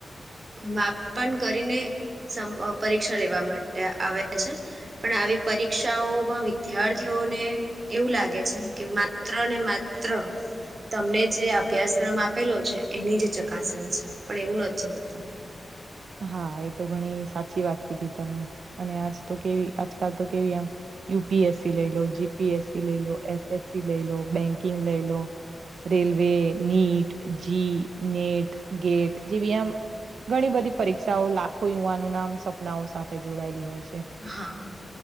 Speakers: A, on the right (about 45°); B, on the right (about 80°).
A: માપન કરીને પરીક્ષા લેવા માટે આવે છે. પણ આવી પરી પરીક્ષાઓમાં વિદ્યાર્થીઓને એવું લાગે છે કે, માત્ર ને માત્ર તમને જે અભ્યાસક્રમ આપેલો છે, એની જે ચકાસણી છે, પણ એવું નથી હોતું.
B: હા, એ તો ઘણી સાચી વાત કીધી તમે. અને આજ તો કેવી, આજકાલ તો કેવી આમ યુપીએસસી લઈ લો, જીપીએસસી લઈ લો, એસએસસી લઈ લો, બેંકિંગ લઈ લો. Railway, NEET, JEE, NET, GATE જેવી આમ ઘણી બધી પરીક્ષાઓ લાખો યુવાનો ના સપનાઓ સાથે જોડાયેલી હોય છે.
A: હા